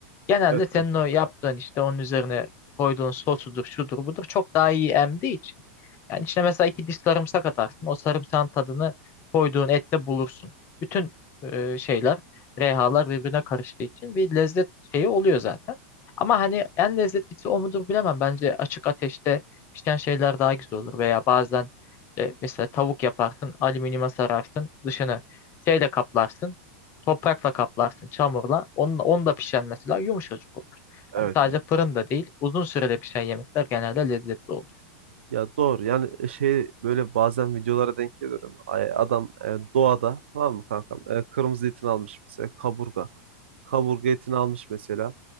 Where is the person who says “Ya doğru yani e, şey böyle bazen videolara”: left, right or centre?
Right